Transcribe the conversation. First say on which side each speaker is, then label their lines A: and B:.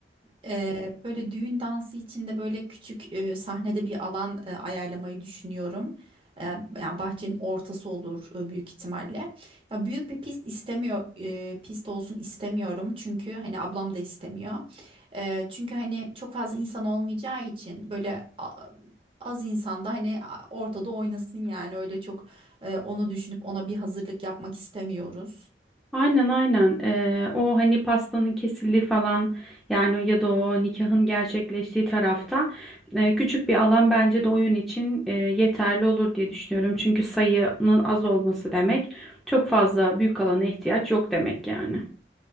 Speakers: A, on the right (about 30°); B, in the centre.
A: E, böyle düğün dansı için de böyle küçük e, sahnede bir alan e, ayarlamayı düşünüyorum. E, yani bahçenin ortası olur e, büyük ihtimalle. Ya büyük bir pist istemiyor, e, pist olsun istemiyorum çünkü hani ablam da istemiyor. E, çünkü hani çok fazla insan olmayacağı için böyle a- az insanda hani a- ortada oynasın yani öyle çok e, onu düşünüp ona bir hazırlık yapmak istemiyoruz.
B: Aynen aynen Ee, o hani pastanın kesildiği falan yani ya da o nikahın gerçekleştiği tarafta e, küçük bir alan bence de oyun için e, yeterli olur diye düşünüyorum. Çünkü sayının az olması demek çok fazla büyük alana ihtiyaç yok demek yani.